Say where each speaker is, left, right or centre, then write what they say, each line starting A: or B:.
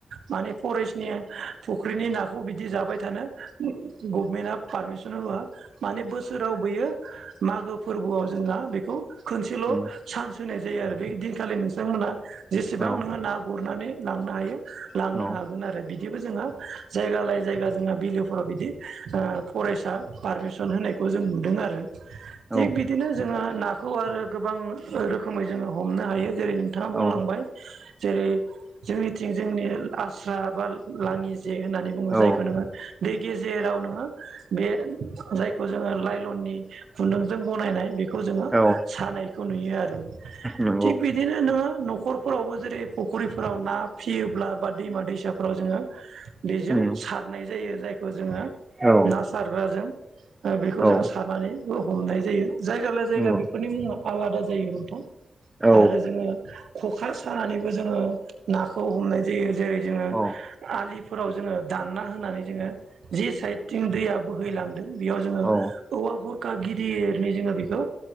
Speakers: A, on the right; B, on the right.
A: माने फरेस्टनि फुख्रिनि नाखौ बिदि जाबाय थानो गभमेन्टआ पारमिसन होआ माने बोसोराव बैयो मागो फोरबोआव जोंहा बेखौ खनसेल'
B: उम
A: चान्स होनाय जायो आरो बे दिनखालि नोंथांमोनहा जेसेबां
B: औ
A: नोङो ना गुरनानै लांनो हायो लांनो
B: औ
A: हागोन आरो बिदिबो जोंहा जायगा लायै जायगा जोंहा बिलोफोराव बिदि आ फरेस्ट आ पारमिसन होनायखौ जों नुदों आरो।
B: <inaudible>
A: थिग बिदिनो जोङो नाखौ आरो गोबां रोखोमै जोङो हमनो हायो जेरै नोंथाङा
B: औ
A: बुंलांबाय जेरै जोंनिथिं जोंनि आस्रा बा लाङि जे होननानै बुङो।
B: औ
A: जायखो नोङो दै गेजेराव नोङो बे जायखौ जोङो लाइलननि खुन्दुंजों बनायनाय बेखौ जोङो
B: औ
A: सानायखौ नुयो आरो।
B: नंगौ
A: थिग बि दिनो नोङो न'खरफोरावबो जेरै फुख्रिफोराव ना फियोब्ला बा दैमा दैसा फोराव जोङो बेजों
B: उम
A: सारनाय जायो। जायखौ जोङो
B: औ
A: ना सारग्राजों ओ बेखौ
B: औ
A: जों सारनानैबो हमनाय जायो। जायगा लाय जायगा
B: नंगौ
A: बिफोरनि मुङा आलादा जायो नोंथां।
B: औ
A: आरो जोङो ख'खा सानानैबो जोङो नाखौ हमनाय जायो। जेरै जोङो
B: औ
A: आलिफोराव जोङो दानना होनानै जोङो जि साइदथिं दैया बोहैलां दों बेआव जोङो
B: औ
A: औवा बुरखा गिदिरनि जोङो बेखौ